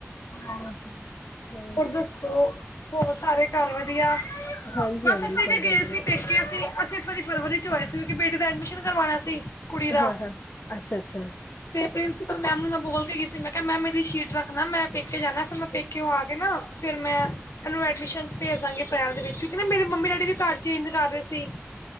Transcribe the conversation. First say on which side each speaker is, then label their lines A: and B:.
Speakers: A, on the left; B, on the left.
A: ਹਾਂਜੀ
B: ਚਲੋ
A: ਹੋਰ ਦੱਸੋ, ਹੋਰ ਸਾਰੇ ਘਰ ਵਧੀਆ?
B: ਹਾਂਜੀ
A: ਬਸ
B: ਹਾਂਜੀ
A: ਅਸੀਂ
B: ਸਭ
A: ਵੀ ਗਏ
B: ਵਧੀਆ
A: ਸੀ ਪੇਕੇ‌ ਅਸੀ, ਅਸੀ ਇਸ ਵਾਰੀ ਫਰਵਰੀ'ਚ ਹੋ ਆਏ। ਕਿਉਂਕਿ, ਬੇਟੀ ਦਾ ਐਡਮੀਸ਼ਨ ਕਰਵਾਣਾ ਸੀ। ਕੁੜੀ ਦਾ
B: ਹਾਂ, ਹਾਂ, ਅੱਛਾ-ਅੱਛਾ।
A: ਤੇ ਪ੍ਰਿੰਸੀਪਲ ਮੈਮ ਨੂੰ ਮੈਂ ਬੋਲਕੇ ਗਈ ਸੀ, ਮੈਂ ਕਿਹਾ, ਮੈਮ ਮੇਰੀ ਸ਼ੀਟ ਰੱਖਣਾ ਮੈਂ ਪੇਕੇ ਜਾਣਾ, ਫਿਰ ਮੈਂ ਪੇਕੇਓਂ ਆਕੇ ਨਾ ਫਿਰ ਮੈਂ ਇਹਨੂੰ ਐਡਮਿਸ਼ਨ'ਚ ਭੇਜ ਦਾਂਗੀ ਅਪ੍ਰੈਲ ਦੇ ਵਿੱਚ ਈ, ਕਿਂਉਕੀ ਨਾ, ਮੇਰੇ ਮੰਮੀ-ਡੈਡੀ ਵੀ ਘਰ ਚੇਂਜ ਕਰ ਰਹੇ ਸੀ।